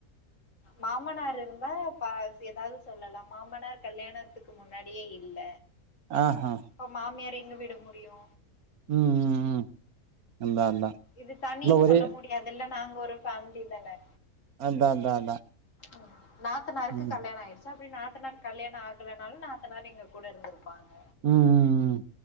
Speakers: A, on the left (about 55°); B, on the right (about 75°).
A: மாமனார் இருந்தா பா எதாவது சொல்லலா மாமனார் கல்யாணத்துக்கு முன்னாடியே இல்ல
B: ஆஹா
A: அப்ப மாமியார எங்க விட முடியு
B: ம் ம் ம் அதா அதா
A: இது தனின்
B: இல்ல ஒரே
A: சொல்ல முடியாதுல்ல நாங்க ஒரு ஃபேமிலி தான
B: அதா அதா அதா
A: ம் நாத்தனாருக்கு
B: ம்
A: கல்யண ஆயிருச் சோ அப்டி நாத்தனாருக்கு கல்யாண ஆகலனாலு நாத்த நாார் எங்க கூட இருந்துருப்பாங்க
B: ம் ம் ம்